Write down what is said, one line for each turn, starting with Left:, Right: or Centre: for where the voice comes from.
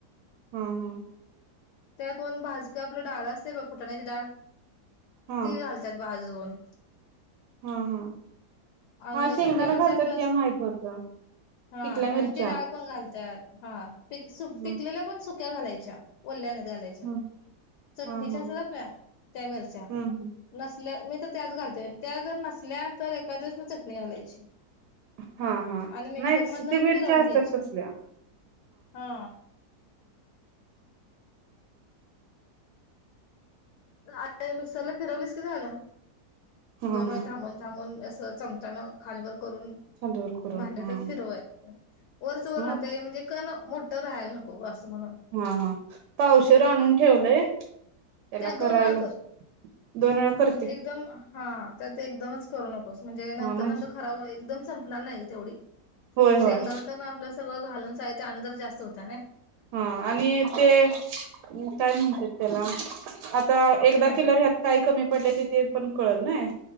Right: हा, हा
Left: त्या कोण भाजक्या आपलं डाळ्या असतय बघ पूटाण्याची डाळ
Right: हा
Left: ती घाल त्यात भाजून
Right: हा, हा
Left: आणि
Right: हा शेंगदाण
Left: सुक्या मिरच्या
Right: घालतात
Left: असल्या
Right: हे माहित होत
Left: हा
Right: पिकल्या मिरच्या
Left: आणि ती डाळ पण घालतात हा पिक
Right: ह
Left: पिकलेल्या पण सुक्या घालायच्या वल्या नाही घालायच्या
Right: ह
Left: अच्छा चटणीच्या
Right: हा हा
Left: असत्यात त्या मिरच्या
Right: हम्म
Left: नसल्या मी तर त्याच घालतोय आणि त्या जर नसल्या तर एका दिवस म चटणी घालायची
Right: हा हा
Left: आणि मिक्सर
Right: नाहीच
Left: मधन
Right: ते मिरच्या
Left: फिरवून
Right: असतात
Left: घ्यायची
Right: तसल्या
Left: हा आ मिक्सरला फिरवलीस की झालं
Right: हा
Left: दोन
Right: हा
Left: वेळा थांबून, थांबून असं चम च्यान खालवर करून
Right: खालीवर करून
Left: भांड्यातच
Right: हा
Left: फिरवायचं वरच वर
Right: हा
Left: राहतय म्हणजे कण मोठं राहायला नको हो असं मनू
Right: हा, हा पावशेर आणून ठेवलंय त्याला
Left: त्यात
Right: करायला
Left: दोन वेळा कर
Right: दोन वेळा कर
Left: एकदम हा त्यात एकदमच करू नकोस म्हणजे
Right: हा
Left: नंतर,
Right: म्हणजे
Left: नंतर खराब हो संपणार नाही गं तेवढी
Right: होय. होय
Left: शेंगदान तर ना आपलं सगळं घालून साहित्य आणि जरा जास्त होतं नई.
Right: हा आणि ते, काय म्हणतात त्याला, आता एकदा
Left: काय
Right: केल्यावर ह्यात काय कमी पडलंय ते ते पण कळल नय.